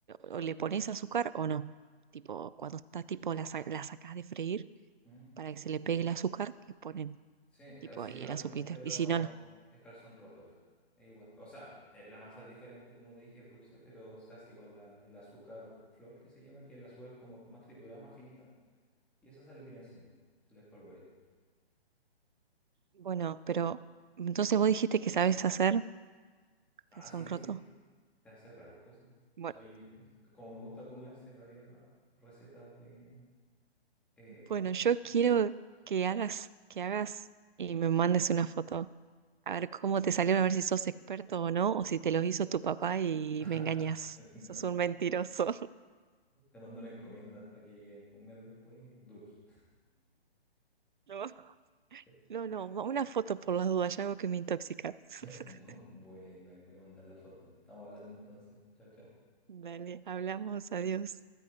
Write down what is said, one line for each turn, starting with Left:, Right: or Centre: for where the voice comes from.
Right: O, o le pones azúcar o no. Tipo, cuando está tipo, la, sa- la sacás de freír
Centre: ¿Mm?
Right: para que se le pegue el azúcar, le ponen
Centre: Sí,
Right: tipo
Centre: así
Right: ahí
Centre: es lo
Right: el azuquita.
Centre: mismo, pero
Right: Y si no, no.
Centre: es calzón roto acá. Es igual. O sea, eh, la masa es diferente, como te dije, es dulce, pero se hace igual la- el azúcar flor que se llama, que el azúcar es como más triturada, más finita, y esa se le tira encima, se le espolvorea.
Right: Bueno, pero entonces vos dijiste que sabes hacer
Centre: Ah,
Right: calzón
Centre: sí,
Right: roto.
Centre: sí, de hacer varias cosas.
Right: Bueno,
Centre: Soy, como me gusta comer, sé varias recetas de eh,
Right: bueno, yo quiero
Centre: cositas.
Right: que hagas, que hagas y me mandes una foto A ver cómo te salieron, a ver si sos experto o no, o si te los hizo tu papá y
Centre: <laughs>
Right: me engañas.
Centre: No,
Right: Sos un mentiroso.
Centre: te mando una encomienda para que lleguen un mes después duros.
Right: <laughs>
Centre: <laughs>
Right: No, no, no, una foto por las dudas, ya algo que me intoxica. <laughs>
Centre: Bueno, ahí voy a mandar la foto. Estamos hablando entonces. Chao, chao.
Right: Dale, hablamos, adiós.